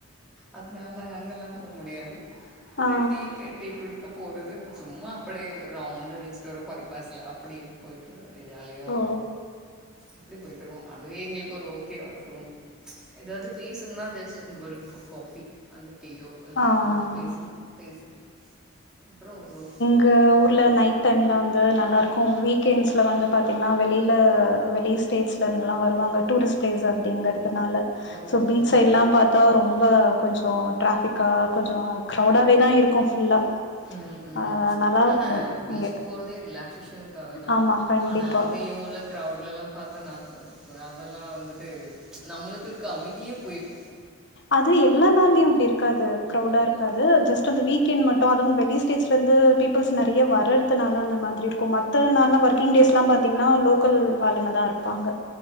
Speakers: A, in the centre; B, on the left.
A: அதுனால நாங்க அங்கல்லா போக முடியாது ஒரு
B: ஆ
A: டீக்கு டீ குடிக்க போறது சும்மா அப்பிடி ரவுண்ட் அடிச்சிட்டு வரு பைப்பாஸ்ல அப்பிடி போயிட்டு ஜாலியா
B: ஓ
A: ஒரு அப்டி போய்ட்டுருவோ அதுவே எங்களுக்கு ஒரு ஓகேவா இருக்கு ரொம் எதாவது பேசன்னா ஜஸ்ட் அந்த ஒரு கப் காஃபி அந்த டீயோ அதுல
B: ஆ
A: எதாவது பேச பேசிட்டு அப்றோ ரூ
B: க ஊர்ல நைட் டைமுல வந்து நல்லாருக்கு வீக்கெண்ட்ஸுல வந்து பாத்தீங்னா வெளியில வெளிஸ் டேட்ஸ்லருந்துலா வருவாங்க டூரிஸ் பிளேஸ் அப்டிங்கற் துனால
A: ஓ
B: சோ பீச்
A: ஓ
B: சைல்லா பாத்தா ரொம்ப கொஞ்சோ டிராஃபிக்கா கொஞ்சோ க்ரௌவுடாவேதா இருக்கு ஃபுல்லா
A: ம் ம்
B: ஆ நல்லாருக்கு
A: ஆனா பீஜிக்
B: இங்க
A: போறத் தே ரிலாக்சேஷனுக்காகதா
B: ஆமா கண்டிப்பா
A: ஆனா அங்கயு உள்ள கிரவுட்லல்லா பாத்தா நா சோ அதெல்லா வந்துட்டு நம்மளுக்கு இருக்க அமைதியே போயிரு
B: அதுவு எல்லா நாள்லையு அப்டி இருக்காது க்ரௌவுடா இருக்காது ஜஸ்ட் அந்த வீக்கெண்ட் மட்டு அதுவு வெளிஸ் டேட்ஸ்லந்து பிப்புள்ஸ் நெறைய வர்ரறதுனால அந்த மாதிரி இருக்கு மத்த நாள்லா ஒர்க்கிங் டேஸ்லா பாத்தீங்னா லோக்கல் வாளுங்கதா இருப்பாங்க